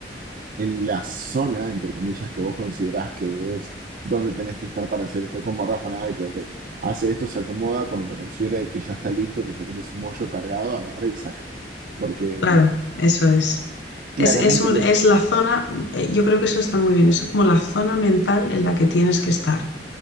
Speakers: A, on the right; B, on the left.
A: en la zona, entre comillas, que vos considerás que es donde tenés que estar para hacer esto, como Rafa Nadal, que ok, hace esto, se acomoda, cuando considere que ya está listo, que ya tiene su mollo cargado, agarra y saca. Porque
B: Claro, eso es.
A: claramente,
B: Es, es un-
A: le-
B: es la zona, eh, yo creo que eso está muy bien, es como la zona mental en la que tienes que estar